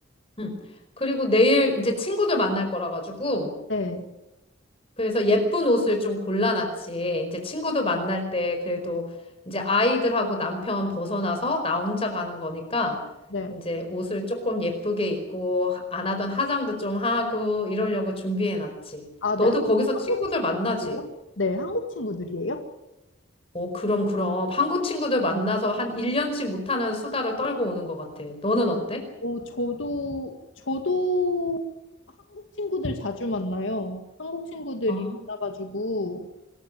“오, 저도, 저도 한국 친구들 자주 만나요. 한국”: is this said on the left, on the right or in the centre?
Left